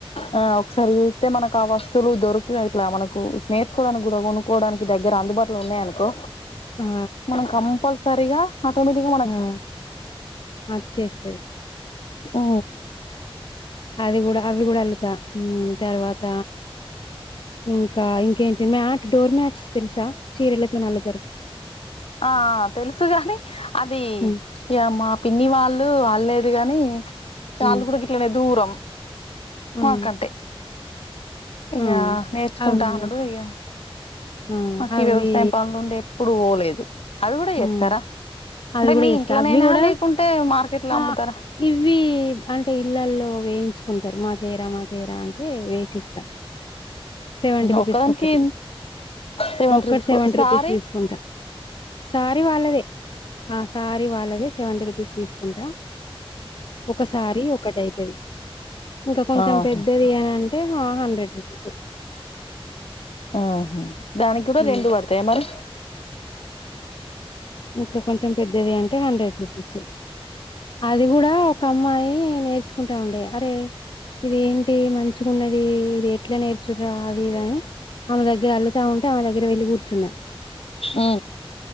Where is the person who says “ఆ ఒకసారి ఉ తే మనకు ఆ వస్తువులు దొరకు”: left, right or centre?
Left